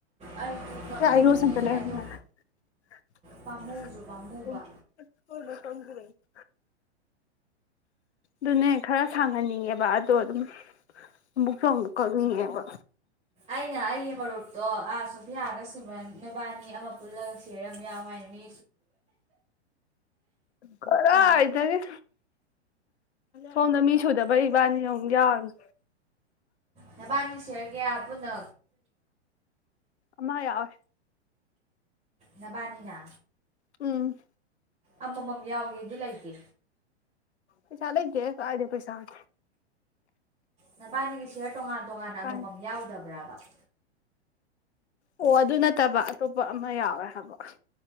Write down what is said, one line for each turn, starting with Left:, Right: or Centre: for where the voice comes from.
Right: ꯑꯩꯁꯨ ꯀꯛꯅꯤꯡꯉꯦ
Left: <unintelligible>
Right: ꯑꯗꯣ ꯄꯥꯝꯃꯨꯁꯨ ꯄꯥꯝꯃꯨꯕ
Left: ꯑꯗꯨꯅꯦ ꯈꯔ ꯁꯥꯡꯍꯟꯅꯤꯡꯉꯦꯕ ꯕ ꯑꯗꯣ ꯑꯗꯨꯝ ꯑꯃꯨꯛꯁꯨ ꯑꯃꯨꯛ ꯀꯛꯅꯤꯡꯉꯦꯕ
Right: ꯑꯩꯅ ꯑꯩꯒꯤ ꯃꯔꯨꯞꯇꯣ ꯑꯥ ꯁꯣꯐꯤꯌꯥꯒ ꯁꯤꯃ ꯅꯣꯏꯕꯥꯅꯤ ꯑꯃ ꯄꯨꯜꯂꯒ ꯁꯤꯌꯔ ꯑꯃ ꯌꯥꯎ ꯍꯥꯏꯕꯅꯤ
Left: ꯈꯔ ꯍꯥꯏꯗꯒꯦ ꯁꯣꯝꯗ ꯃꯤ ꯁꯨꯗꯕꯩ ꯏꯕꯥꯅꯤ ꯑꯃꯨꯛ ꯌꯥꯎꯔꯅꯤ
Right: ꯅꯕꯥꯅꯤ ꯁꯤꯌꯔ ꯀꯌꯥ ꯄꯨꯟꯅ
Left: ꯑꯃ ꯌꯥꯎꯦ
Right: ꯅꯕꯥꯅꯤꯅ
Left: ꯎꯝ
Right: ꯑꯃ ꯃꯝ ꯌꯥꯎꯒꯦꯗꯤ ꯂꯩꯇꯦ
Left: ꯄꯩꯁꯥ ꯂꯩꯇꯦꯍꯦ ꯀꯥꯏꯗꯩ ꯄꯩꯁꯥꯅꯣ
Right: ꯅꯄꯥꯅꯤꯒꯤ ꯁꯤꯌꯔ ꯇꯣꯉꯥꯟ ꯇꯣꯉꯥꯟꯅ ꯑꯃꯃꯝ
Left: ꯀꯥꯏ
Right: ꯌꯥꯎꯗꯕ꯭ꯔꯕ ꯑ
Left: ꯑꯣ ꯑꯗꯨ ꯅꯠꯇꯕ ꯑꯇꯣꯞꯄ ꯑꯃ ꯌꯥꯎꯋꯦ ꯍꯥꯏꯕ